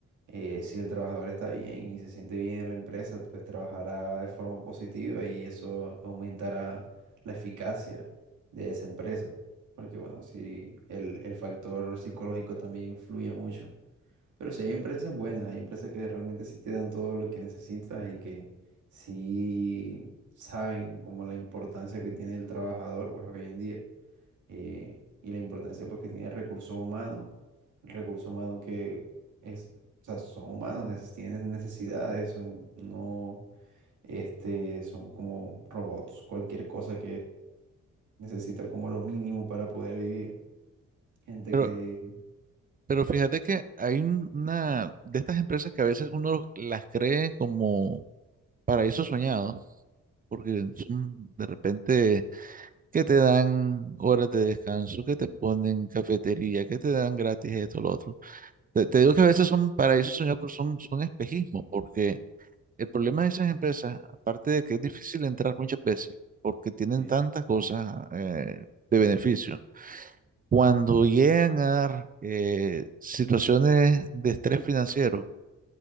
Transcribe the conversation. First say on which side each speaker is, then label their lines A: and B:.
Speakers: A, on the right; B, on the right.
A: eh, si el trabajador está bien y se siente bien en la empresa, pues trabajará de forma positiva y eso aumentará la eficacia de esa empresa. Porque bueno, sí, el, el factor psicológico también influye mucho. Pero sí hay empresas buenas, hay empresas que realmente sí te dan todo lo que necesitas y que sí saben como la importancia que tiene el trabajador, pues hoy en día, eh, y la importancia pues que tiene el recurso humano, el recurso humano que es, o sea, son humanos, neces- tienen necesidades, son, no, este, son como robots, cualquier cosa necesita como lo mínimo para poder vivir. Gente
B: Pero,
A: que...
B: pero fíjate que hay un- una de estas empresas que a veces uno las cree como paraísos soñados, porque son de repente que te dan horas de descanso, que te ponen cafetería, que te dan gratis esto, lo otro. Te, te digo que a veces son paraísos soñados, pero son, son espejismo, porque el problema de esas empresas, aparte de que es difícil entrar muchas veces, porque tienen
A: Sí,
B: tantas cosas eh, de beneficio, cuando llegan a dar eh, situaciones de estrés financiero,